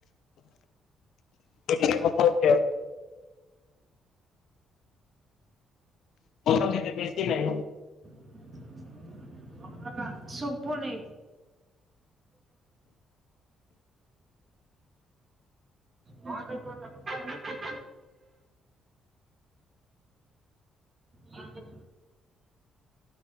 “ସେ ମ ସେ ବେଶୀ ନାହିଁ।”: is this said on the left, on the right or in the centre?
Left